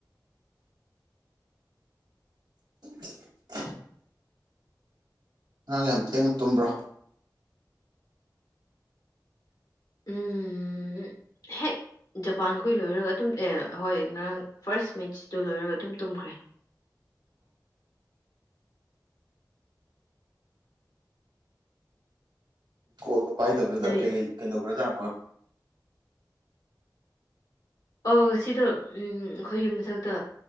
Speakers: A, on the right; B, on the left.
A: ꯎ <inaudible> ꯉꯔꯥꯡ ꯌꯥꯝ ꯊꯦꯡꯅ ꯇꯨꯝꯕ꯭ꯔꯥ
B: ꯎꯝꯝ ꯍꯦꯛ ꯖꯄꯥꯟꯈꯣꯏ ꯂꯣꯏꯔꯒ ꯑꯗꯨꯝ ꯑꯦ ꯍꯣꯏ ꯉꯔꯥꯡ ꯐꯥ꯭ꯔꯁ ꯃꯦꯠꯆꯇꯣ ꯂꯣꯏꯔꯒ ꯑꯗꯨꯝ ꯇꯨꯝꯈ꯭ꯔꯦ
A: ꯎꯝ <inaudible> ꯀꯣꯜꯗꯣ ꯄꯥꯏꯗꯕꯗꯨꯗ
B: ꯅꯣꯏ
A: ꯀꯩꯀꯩ ꯀꯩꯗꯧꯒ꯭ꯔꯥꯖꯥꯠꯅꯣꯅ
B: ꯑꯧ ꯁꯤꯗ ꯎꯝ ꯑꯩꯈꯣꯏ ꯌꯨꯝ ꯃꯊꯛꯇ